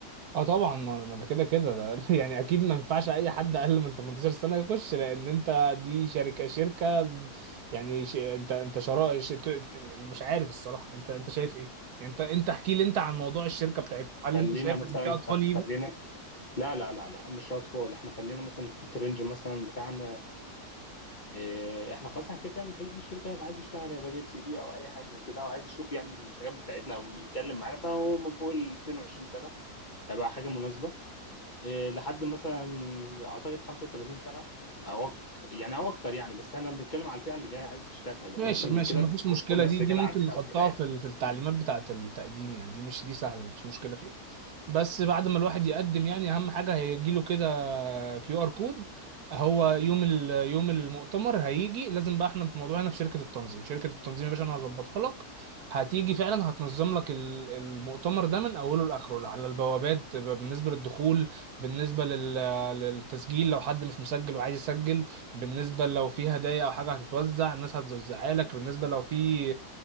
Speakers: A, on the right (about 70°); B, on the left (about 35°).
A: اه طبعا ما ما ده كده كده ده- <laughs> يعني اكيد ما ينفعش اي حد اقل من 18 سنه يخش لان انت دي شركه شركه يعني ش... انت انت شرائع ش... انت... انت- يعني مش عارف الصراحه انت انت شايف ايه يعني انت انت احكي لي انت عن موضوع الشركه بتاعتكم هل
B: خلينا
A: انت شايف
B: مثلا
A: ان في اطفال
B: خلينا لا لا لا لا مش اطفال احنا خلينا مثلا نحط رينج مثلا بتاعنا اه، احنا خلاص احنا كده كده اللي هيجي الشركه هيبقى عايز يشتغل هيبقى جايب سي في او اي حاجه زي كده او عايز يشوف يعني الحاجات بتاعتنا او يتكلم معانا فهو من فوق ال 22 سنه هيبقى حاجه مناسبه إيه، لحد مثلا اعتقد 35 سنه او اكتر يعني او اكتر يعني بس احنا بنتكلم على الفئه اللي جايه عايزه تشتغل يعني
A: ماشي
B: اكتر من
A: ماشي
B: كده
A: مفيش
B: والناس
A: مشكلة دي
B: رجاله
A: دي ممكن
B: عامله
A: نحطها
B: او كده يعني
A: في ال- في التعليمات بتاعة التقديم يعني دي مش دي سهلة مفيش مشكلة فيها بس بعد ما الواحد يقدم يعني أهم حاجة هيجيله كده كيو آر كود هو يوم ال يوم المؤتمر هيجي لازم بقى احنا في موضوعنا هنا في شركة التنظيم شركة التنظيم يا باشا أنا هظبطها لك هتيجي فعلا هتنظم لك ال- المؤتمر ده من أوله لآخره على البوابات بالنسبة للدخول بالنسبة لل- للتسجيل لو حد مش مسجل وعايز يسجل بالنسبة لو في هدايا أو حاجة هتتوزع الناس هتوزعها لك بالنسبة لو في